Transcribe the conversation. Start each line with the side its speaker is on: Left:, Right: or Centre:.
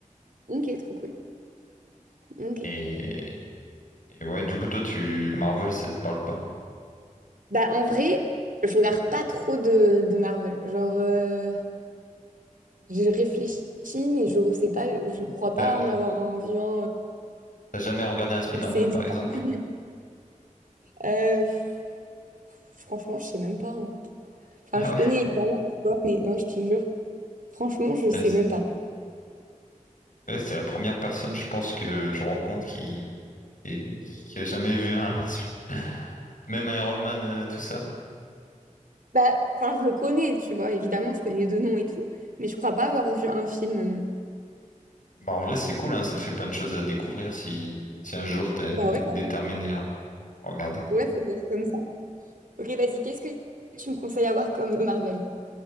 Right: Ok, trop cool. Ok.
Left: Et, et ouais, du coup, toi, tu Marvel, ça te parle pas.
Right: Bah, en vrai, je regarde pas trop de, de Marvel. Genre, euh, je réfléchis, mais je sais pas, je crois pas
Left: T'as
Right: en avoir un vu un. euh,
Left: t'as jamais regardé un Spider-Man,
Right: C'est difficile.
Left: par exemple?
Right: <laughs> Euh, pff, franchement, je sais même pas. hein. Enfin,
Left: Ah
Right: je
Left: ouais,
Right: connais évidemment, tu vois, mais ouais, je te jure, franchement, je sais
Left: ouais, c'est
Right: même pas.
Left: ouais, c'est la première personne, je pense, que je rencontre qui et qui a jamais vu un, <laughs> même un Iron Man, euh, tout ça.
Right: Bah, enfin, je le connais, tu vois, évidemment, je connais deux noms et tout, mais je crois pas avoir vu un film, non.
Left: Bah, en vrai, c'est cool, hein, ça te fait plein de choses à découvrir si, si un jour t'es
Right: Bah ouais,
Left: déterminé à regarder.
Right: Ouais, faut le voir comme ça. Ok, vas-y, qu'est-ce que tu me conseilles à voir comme Marvel?